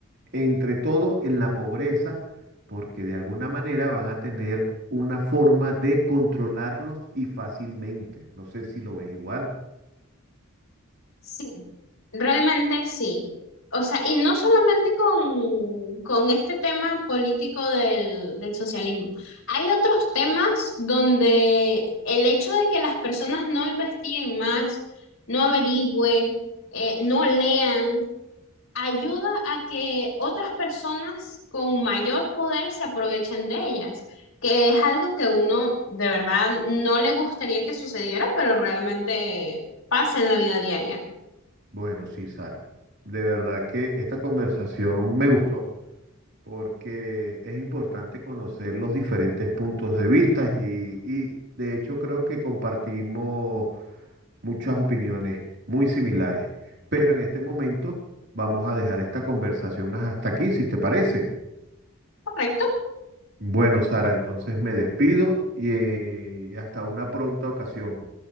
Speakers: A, on the right; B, on the left.
A: entre todo en la pobreza, porque de alguna manera van a tener una forma de controlarlos y fácilmente. No sé si lo ves igual.
B: Sí, realmente sí. O sea, y no solamente con, con este tema político del, del socialismo. Hay otros temas donde el hecho de que las personas no investiguen más, no averigüen, eh, no lean, ayuda a que otras personas con mayor poder se aprovechen de ellas, que es algo que uno de verdad no le gustaría que sucediera, pero realmente pasa en la vida diaria.
A: Bueno, sí, Sara. De verdad que esta conversación me gustó porque es importante conocer los diferentes puntos de vista y, y de hecho creo que compartimos muchas opiniones muy similares. Pero en este momento vamos a dejar esta conversación hasta aquí, si te parece.
B: ¿Correcto?
A: Bueno, Sara, entonces me despido y eh, hasta una pronta ocasión.